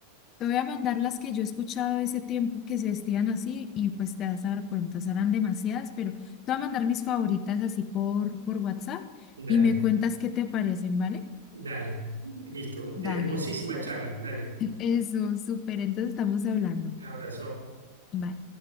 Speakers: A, on the left; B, on the right.
A: Te voy a mandar las que yo he escuchado ese tiempo que se vestían así y pues te vas a dar cuenta, serán demasiadas, pero te voy a mandar mis favoritas así por, por WhatsApp
B: Dale.
A: y me cuentas qué te parecen, ¿vale?
B: Dale, listo. Hermosísima
A: Dale.
B: charla. Dale,
A: <laughs> Eso, súper, entonces estamos hablando.
B: abrazo.
A: Bye.